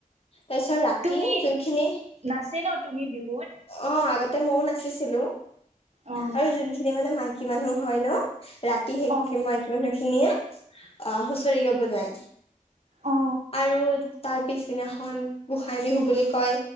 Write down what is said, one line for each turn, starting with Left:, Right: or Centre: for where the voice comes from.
Left: তাৰিছত ৰাতি
Right: তুমি
Left: যোনখিনি
Right: নাচে ন তুমি বিহুত?
Left: অ আগ <unintelligible> <unintelligible> মইও নাচিছিলো
Right: অ
Left: আৰু যোনখিনি মানে মাইকী মানুহ হয় ন। ৰাতি <unintelligible>
Right: অ
Left: মাইকী মানুহ খিনিয়ে অ হুঁচৰি গাব যায়।
Right: অ
Left: আৰু তাৰ পিছ। <unintelligible> দিনাখন গোসাই বিহু বুলি কয়